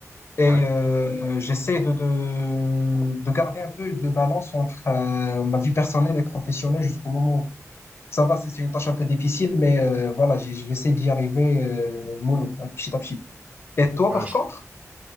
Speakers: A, on the left; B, on the right.
A: Et
B: Ouais.
A: euh, j'essaie de, de, de garder un peu de balance entre euh, ma vie personnelle et professionnelle jusqu'au moment où ça va. C'est c'est une tâche un peu difficile, mais euh, voilà, j'ai- j'essaie d'y arriver euh, mollo, hein, petit à petit. Et toi,
B: Ouais,
A: par
B: je-
A: contre?